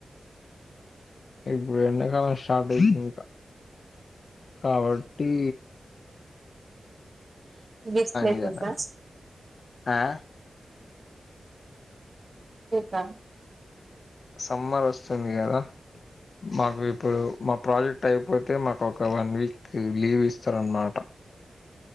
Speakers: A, on the left; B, on the right.
A: ఇప్పుడు ఎండకాలం స్టార్ట్ అయితుందీ ఇంక కాబట్టీ
B: బీచ్ ప్లేసెస్
A: జేయాలి. ఆ!
B: హ <unintelligible>
A: సమ్మర్ వస్తుంది కదా మాకు ఇప్పుడు మా ప్రాజెక్ట్ అయిపోతే మాకు ఒక వన్ వీక్ లీవ్ ఇస్తారనమాట.